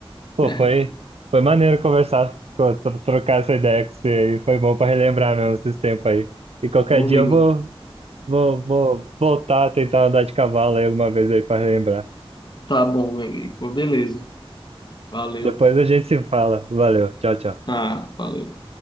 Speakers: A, on the right; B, on the left.
A: Pô,
B: <laughs>
A: foi, foi maneiro conversar, pô, tro- trocar essa ideia com você aí. Foi bom pra relembrar mesmo esses tempos aí. E qualquer
B: Meu
A: dia
B: amigo,
A: eu vou, vou, vou voltar a tentar andar de cavalo aí alguma vez aí pra relembrar.
B: tá bom, meu amigo. Pô, beleza. Valeu.
A: Depois a gente se fala. Valeu, tchau, tchau.
B: Ah, valeu.